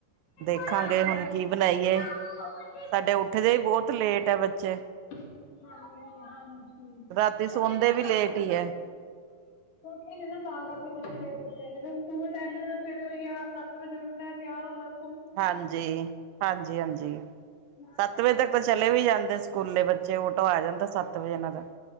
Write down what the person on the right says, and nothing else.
ਦੇਖਾਂਗੇ
ਹੁਣ
ਕੀ ਬਨਾਈਏ।
ਸਾਡੇ ਉੱਠਦੇ ਹੀ ਬੋਹਤ ਲੇਟ ਐ ਬੱਚੇ।
ਰਾਤੀ
ਸੌਦੇ
ਵੀ ਲੇਟ
ਹੀ
ਹੈ
ਹਾਂਜੀ, ਹਾਂਜੀ, ਹਾਂਜੀ
ਸੱਤ ਵਜੇ
ਤੱਕ ਤਾਂ
ਚਲੇ ਵੀ ਜਾਂਦੇ ਸਕੂਲੇ ਬੱਚੇ ਓਟੋ ਆ ਜਾਂਦਾ ਸੱਤ ਵਜੇ ਇਨਾਂ ਦਾ